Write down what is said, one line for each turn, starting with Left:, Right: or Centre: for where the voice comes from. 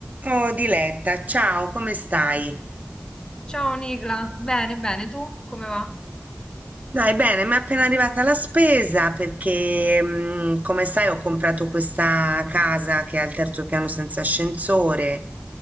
Right: Oh Diletta, ciao, come stai?
Left: Ciao Nicla, bene, bene, tu come va?
Right: Dai, bene, mi è appena arrivata la spesa perché, mm, come sai, ho comprato questa casa che ha il terzo piano senza ascensore